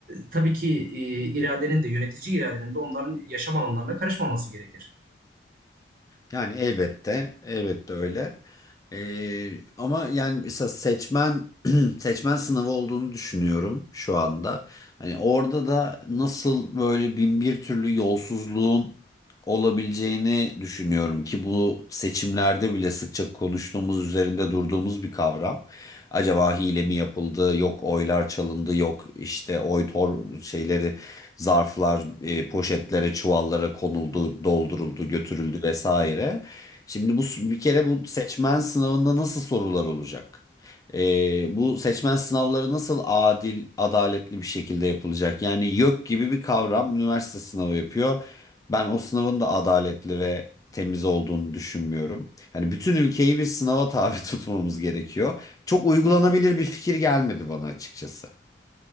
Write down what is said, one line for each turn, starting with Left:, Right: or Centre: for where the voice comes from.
Right: tabii ki e, iradenin de yönetici iradenin de onların yaşam alanlarına karışmaması gerekir.
Left: Yani elbette, elbette öyle. Ee, ama yani mesela seçmen <clears throat> seçmen sınavı olduğunu düşünüyorum şu anda. Hani orada da nasıl böyle bin bir türlü yolsuzluğun olabileceğini düşünüyorum ki bu seçimlerde bile sıkça konuştuğumuz, üzerinde durduğumuz bir kavram. Acaba hile mi yapıldı, yok oylar çalındı, yok işte oy tor şeyleri zarflar, e, poşetlere, çuvallara konuldu, dolduruldu, götürüldü vesaire. Şimdi bu bir kere bu seçmen sınavında nasıl sorular olacak? E, bu seçmen sınavları nasıl adil, adaletli bir şekilde yapılacak? Yani YÖK gibi bir kavram üniversite sınavı yapıyor. Ben o sınavın da adaletli ve temiz olduğunu düşünmüyorum. Hani bütün ülkeyi bir sınava tabi <laughs> tutmamız gerekiyor. Çok uygulanabilir bir fikir gelmedi bana açıkçası.